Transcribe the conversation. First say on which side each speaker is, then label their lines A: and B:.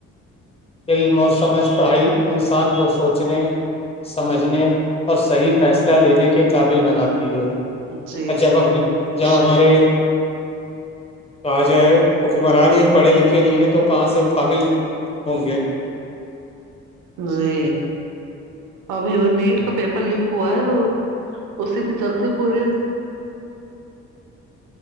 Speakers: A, on the left; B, on the right.
A: علم اور سمجھ پڑھائی انسان کو سوچنے سمجھنے اور صحیح فیصلہ لینے کے قابل بناتی ہو
B: جی
A: ا جب
B: جی
A: اپنے
B: بے
A: جاؤ
B: شک
A: ہمارے کہ جائے حکمرانی ہی پڑھے لکھے نہیں ہیں تو کہاں سے وہ قابل ہموں گ
B: جی ابھی وہ نیٹ کا پیپر لیک ہوا ہے تو اسی کے چلتے پورے
A: <inaudible>